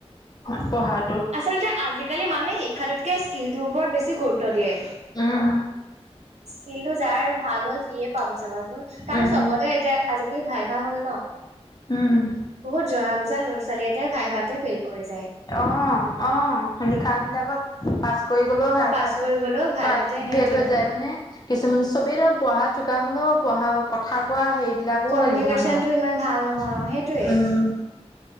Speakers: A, on the left; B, on the right.
A: উপহাৰ
B: আচলতে আজিকালি মানুহে শিক্ষাটোতকৈ স্কিলটোৰ ওপৰত বেছি গুৰুত্ব দিয়ে
A: উম
B: স্কিল টো যাৰ ভাল হয় সিয়ে পাব চাবাচোন কাৰণ
A: উম,
B: চবতে এতিয়া আজিকালি ভাই ভা হ'ল ন
A: উম
B: বহুত জনা বুজা লৰাোৱাল এতে ভাই ভাতে ফেইল কৰি যায়
A: অ অ লিখা বিলাকত পাচ কৰি গ'লেও ভাই
B: অ' পাছ
A: ভাৰটোত
B: কৰি গ'লেও ভাইভাতে
A: পাছ
B: সিহঁতে
A: ফেইল হৈ
B: উম।
A: যায় মানে কিছুমান চবেই ধৰা পঢ়া চোকা হলেও পঢ়া কথা কোৱা সেইবিলাক আকৌ
B: কমিউনিকেশ্যনটো
A: লাগিব মানুহৰ
B: ইমান ভাল নহয় অ' সেইটোৱে।
A: উম